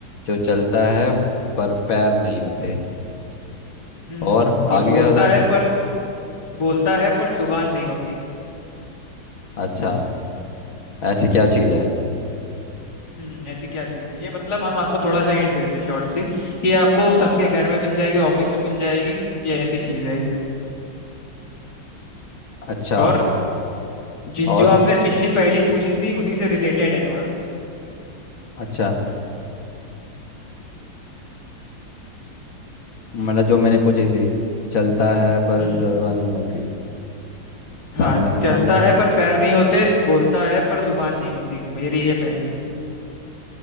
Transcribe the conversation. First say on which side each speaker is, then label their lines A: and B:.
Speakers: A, on the left; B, on the left.
A: जो चलता है पर पैर नहीं होते
B: हम्म
A: और
B: और
A: आगे
B: बोलता
A: क्या बता
B: है पर बोलता है पर जुबान नहीं होती
A: अच्छा ऐसी क्या चीज़ है
B: हम्म ऐसी क्या चीज है ये मतलब हम आपको थोड़ा सा हिंट देते हैं शॉर्ट सी कि ये आपको सबके घर में मिल जाएगी ऑफिस में मिल जाएगी ये ऐसी चीज है एक।
A: अच्छा
B: और जि,
A: और
B: जो आपने पिछली पहेली पूछी थी उसी से रिलेटेड है थोड़ा
A: अच्छा मतलब जो मैंने पूछी थी चलता है पर
B: हम्म
A: जबान नहीं होती समय
B: हाँ
A: समय
B: चलता है पर पैर नहीं होते बोलता है पर जुबान नहीं होती मेरी ये पहेली